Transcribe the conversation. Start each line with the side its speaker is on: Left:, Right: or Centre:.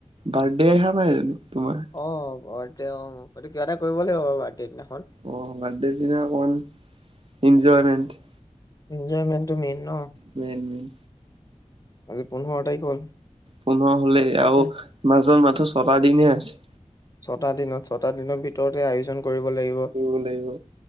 Right: বাৰ্থডে অহা নাই জানো তোমাৰ
Left: অ বাৰ্থডে অ হেইটো কিবা এটা কৰিব লাগিব বাৰু বাৰ্থডে দিনাখন
Right: অ বাৰ্থডে দিনা অকমান ইনজয়মেন্ট
Left: ইনজয়মেন্টটো মেইন ন
Right: মেইন মেইন
Left: আজি পোন্ধৰ তাৰিখ হল
Right: পোন্ধৰ হলেই
Left: তাকে
Right: আৰু মাজত মাথো ছটা দিনহে আছে
Left: ছটা দিনত ছটা দিনৰ ভিতৰতে আয়োজন কৰিব লাগিব
Right: কৰিব লাগিব